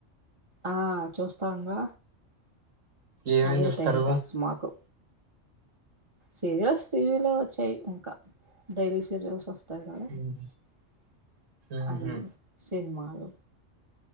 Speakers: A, on the right; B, on the right.
A: ఆ చూస్తాంగా
B: ఏమేమి
A: అదే
B: చూస్తారు
A: టైం పాస్ మాకు సీరియల్స్ టీవీలో వచ్చాయి ఇంకా డైలీ సీరియల్స్ వస్తాయి
B: ఉమ్,
A: <unintelligible>
B: ఉహుం,
A: అయి సినిమాలు